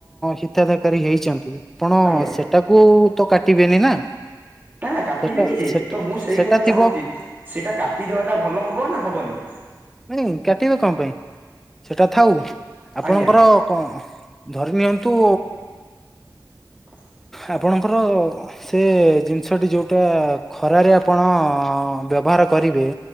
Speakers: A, in the centre; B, on the right (about 25°).
A: ହିତାଧାରୀ ହେଇଛନ୍ତି, ଆପଣ
B: ଆଜ୍ଞା
A: ସେଠ୍ ତାକୁ ତ କାଟିବେନି ନା!
B: ନା! କାଟିବିନି
A: ସେଟା
B: ଯେ,
A: ସେଟା
B: ତ ମୁଁ ସେଇ
A: ସେଟା
B: କଥା
A: ଥିବ
B: ଚାହୁଁଛି। ସେଇଟା କାଟିଦବାଟା ଭଲ ହବ ନା ହବନି?
A: ନା! କାଟିବେ କଣ ପାଇଁ। ସେଟା ଥାଉ, ଆପଣଙ୍କର
B: ଆଜ୍ଞା
A: କଣ ଧରି ନିଅନ୍ତୁ
B: <unintelligible>
A: ଆପଣଙ୍କର ସେ ଜିନିଷଟି ଯୋଉଟା ଖରାରେ ଆପଣ ବ୍ୟବହାର କରିବେ